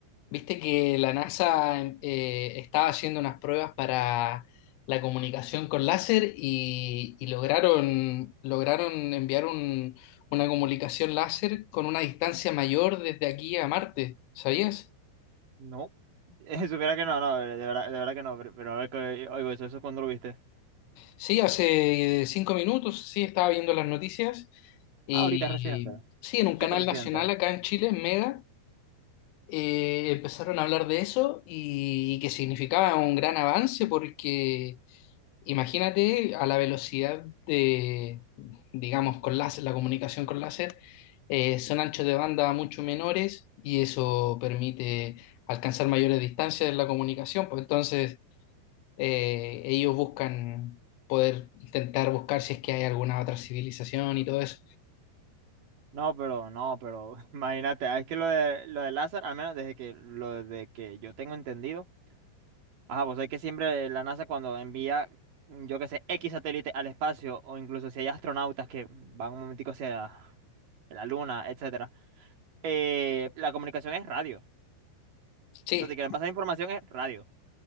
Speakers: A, on the left (about 85°); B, on the right (about 50°).
A: viste que la NASA em, eh, estaba haciendo unas pruebas para la comunicación con láser y, y lograron, lograron enviar un- una comunicación láser con una distancia mayor desde aquí a Marte, ¿sabías?
B: No, <laughs> Supiera que no, no, de verdad, de verdad que no, pero, pero a ver que oigo eso, eso cuando lo viste.
A: Sí, hace cinco minutos, sí, estaba viendo las noticias y
B: Ah, ahorita es reciente,
A: sí, en un
B: súper
A: canal
B: reciente.
A: nacional acá en Chile, en Mega. eh, empezaron a hablar de eso y, y que significaba un gran avance porque imagínate a la velocidad de, digamos, con láser, la comunicación con láser, eh, son anchos de banda mucho menores y eso permite alcanzar mayores distancias en la comunicación, pues entonces eh, ellos buscan poder intentar buscar si es que hay alguna otra civilización y todo eso.
B: No, pero, no, pero, <laughs> imagínate, ah, es que lo de, lo de Lázaro, al menos desde que, lo de que yo tengo entendido, ajá, vos sabés que siempre la NASA cuando envía, yo qué sé, X satélite al espacio, o incluso si hay astronautas que van un momentico hacia la Luna, etcétera, eh, la comunicación es radio.
A: Sí,
B: Entonces, si quieren pasar información es radio.